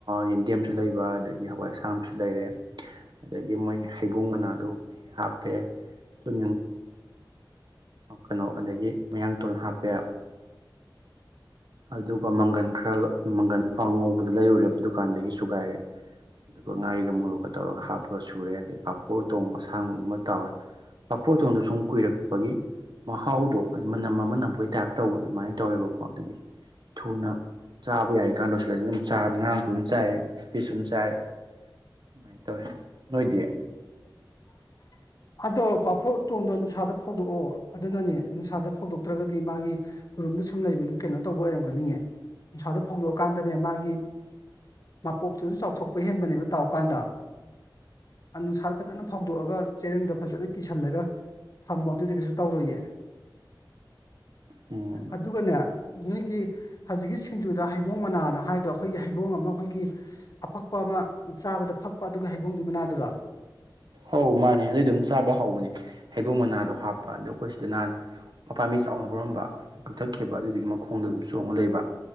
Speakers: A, on the right; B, on the left.
A: ꯌꯦꯟꯗꯦꯝꯁꯨ ꯂꯩꯕ ꯑꯗꯒꯤ ꯍꯋꯥꯏ ꯑꯁꯥꯡꯁꯨ ꯂꯩꯔꯦ ꯑꯗꯒꯤ ꯃꯣꯏ ꯍꯩꯕꯣꯡ ꯃꯅꯥꯗꯨ ꯍꯥꯞꯄꯦ ꯀꯣꯛ ꯀꯩꯅꯣ ꯑꯗꯒꯤ ꯃꯌꯥꯡ ꯇꯣꯟ ꯍꯥꯞꯄꯦ ꯑꯗꯨꯒ ꯃꯪꯒꯟ ꯈꯔꯒ ꯃꯪꯒꯟ ꯑꯉꯧꯕꯗꯣ ꯂꯩꯔꯨꯔꯦ ꯗꯨꯀꯥꯟꯗꯒꯤ ꯁꯨꯒꯥꯏꯔꯦ ꯑꯗꯨꯒ ꯉꯥꯔꯤꯒ ꯃꯣꯔꯣꯛꯀ ꯇꯧꯔꯒ ꯍꯥꯞꯄꯒ ꯁꯨꯔꯦ ꯑꯗꯩ ꯄꯥꯐꯣꯔ ꯇꯣꯡ ꯑꯁꯥꯡꯕꯗꯨꯃ ꯇꯔꯦ ꯄꯥꯐꯣꯇꯣꯟꯗꯣ ꯁꯨꯝ ꯀꯨꯏꯔꯛꯄꯒꯤ ꯃꯍꯥꯎꯗꯣ ꯍꯥꯏ ꯃꯅꯝ ꯑꯃ ꯅꯝꯕꯣꯏ ꯇꯥꯏꯞ ꯇꯧꯕ ꯑꯗꯨꯃꯥꯏꯅ ꯇꯧꯋꯦꯕꯀꯣ ꯑꯗꯨꯒꯤ ꯊꯨꯅ ꯆꯥꯕ ꯌꯥꯏꯀꯥꯟ ꯂꯣꯏꯁꯤꯜꯂꯁꯤ ꯑꯗꯨꯝ ꯆꯥ ꯉꯔꯥꯡꯁꯨ ꯑꯗꯨꯝ ꯆꯥꯏꯔꯦ ꯉꯁꯤꯁꯨ ꯑꯗꯨꯝ ꯆꯥꯏꯔꯦ ꯑꯗꯨꯃꯥꯏꯅ ꯇꯧꯋꯦ ꯅꯣꯏꯗꯤ
B: <inaudible> ꯑꯗꯣ ꯄꯥꯐꯨ ꯎꯇꯣꯡꯗꯣ ꯅꯨꯡꯁꯥꯗ ꯐꯧꯗꯣꯛꯑꯣ ꯑꯗꯨꯅꯅꯦ ꯅꯨꯡꯁꯥꯗ ꯐꯧꯗꯣꯛꯇ꯭ꯔꯒꯗꯤ ꯃꯥꯒꯤ ꯎꯔꯨꯝ ꯔꯨꯝꯗ ꯁꯨꯝ ꯂꯩꯕꯒꯤ ꯀꯩꯅꯣ ꯇꯧꯕ ꯑꯣꯏꯔꯝꯒꯅꯤꯑꯦ ꯅꯨꯡꯁꯥꯗ ꯐꯧꯗꯣꯛꯑꯀꯥꯟꯗꯅꯦ ꯃꯥꯒꯤ ꯃꯄꯣꯞꯇꯨꯁꯨ ꯆꯥꯎꯊꯣꯛꯄ ꯍꯦꯟꯕꯅꯦꯕ ꯇꯥꯎ ꯀꯥꯟꯗ ꯑꯨꯡꯁꯥꯗ ꯐꯖꯅ ꯐꯧꯗꯣꯛꯑꯒ ꯆꯦꯔꯦꯡꯗ ꯐꯖꯅ ꯀꯤꯁꯜꯂꯒ ꯊꯝꯃꯣ ꯑꯗꯨꯗꯤ ꯀꯩꯁꯨ ꯇꯧꯔꯣꯏꯌꯦ
A: ꯎꯝ
B: ꯑꯗꯨꯒꯅꯦ ꯅꯣꯏꯒꯤ ꯍꯧꯖꯤꯛꯀꯤ ꯁꯤꯡꯖꯨꯗ ꯍꯩꯕꯣꯡ ꯃꯅꯥꯅ ꯍꯥꯏꯕꯗꯣ ꯑꯩꯈꯣꯏꯒꯤ ꯍꯩꯕꯣꯡ ꯑꯃ ꯑꯩꯈꯣꯏꯒꯤ ꯑꯐꯛꯄ ꯑꯃ ꯆꯥꯕꯗ ꯐꯛꯄ ꯑꯗꯨꯒ ꯍꯩꯕꯣꯡꯗꯨꯒꯤ ꯃꯅꯥꯗꯨꯔꯣ
A: ꯑꯧ ꯃꯥꯅꯦ ꯑꯗꯨ ꯑꯗꯨꯝ ꯆꯥꯕ ꯍꯥꯎꯕꯅꯦ ꯍꯩꯕꯣꯡ ꯃꯅꯥꯗꯣ ꯍꯥꯞꯄ ꯑꯗꯣ ꯑꯩꯈꯣꯏ ꯁꯤꯗ ꯅꯍꯥꯟ ꯃꯄꯥꯝꯕꯤ ꯆꯥꯎꯅ ꯍꯧꯔꯝꯕ ꯀꯛꯊꯠꯈꯤꯕ ꯑꯗꯨꯗꯨꯒꯤ ꯃꯈꯣꯡꯗꯣ ꯑꯗꯨꯝ ꯆꯣꯡꯉꯒ ꯂꯩꯕ